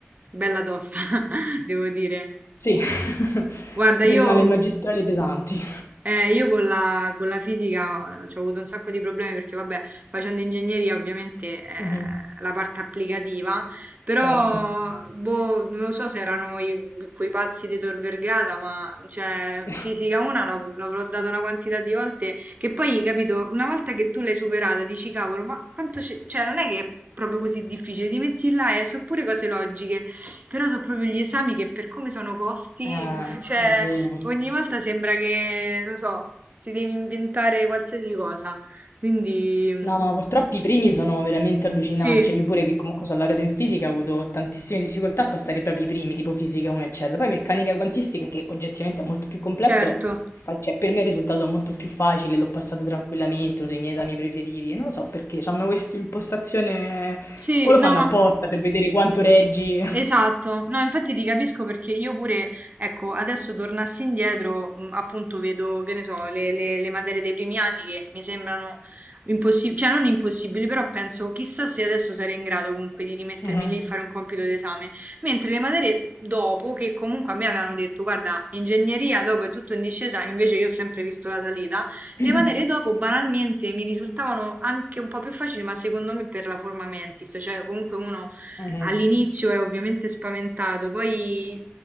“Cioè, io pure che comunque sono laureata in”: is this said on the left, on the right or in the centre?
Left